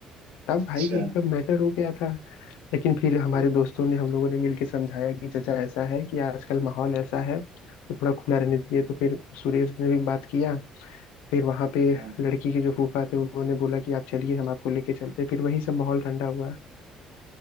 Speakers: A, on the left; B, on the right.
A: तब
B: अच्छा
A: भाई एकदम मैटर हो गया था लेकिन फिर हमारे
B: हम्म,
A: दोस्तों ने हम लोगों ने मिलके समझाया कि चाचा ऐसा है कि आजकल माहौल ऐसा है तो थोड़ा खुला रहने दीजिए तो फिर सुरेश ने भी बात किया फिर वहां पे
B: हाँ,
A: लड़की के जो फूफा थे उन्होंने बोला कि आप चलिए हम आपको लेके चलते हैं। फिर वही सब माहौल ठंडा हुआ